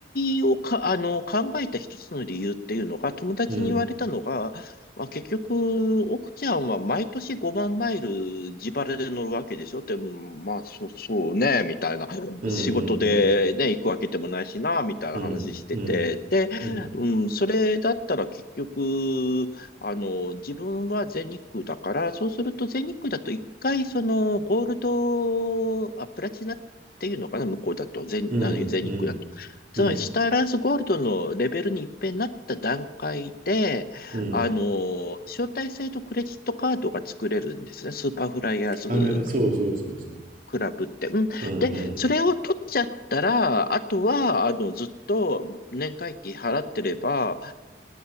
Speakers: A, on the left; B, on the right.
A: しをか、あの、考えた一つの理由っていうのが、友達に言われたのが、
B: うん。
A: まあ、結局、奥ちゃんは毎年5万マイル自腹で乗るわけでしょって、うんまあ、そう、そうね、みたいな。
B: うん
A: 仕事でね、
B: うん
A: 行くわけでもないしな、みたいな話してて。
B: うん。うん。
A: で、
B: うん。うん。
A: うん、それだったら結局、あの、自分は全日空だから、そうすると全日空だと一回、その、ゴールド、あ、プラチナっていうのかな、向こうだと、全、
B: うん。
A: あの、全日空だと。
B: うん。
A: つまり、
B: うん。
A: スターアライアンスゴールドのレベルに一変なった段階で、
B: うん。
A: あの、招待制度クレジットカードが作れるんですね。スーパーフライヤーズ
B: あの、そうそうそうそう。
A: クラブって。うん。
B: うんうん。
A: で、それを取っちゃったら、あとは、あの、ずっと年会費払ってれば、